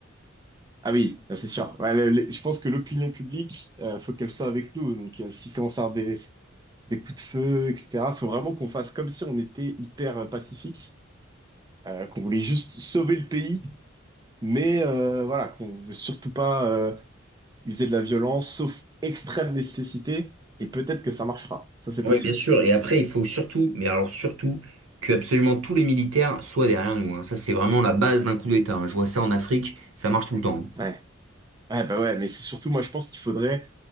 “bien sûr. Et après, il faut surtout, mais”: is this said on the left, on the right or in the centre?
Right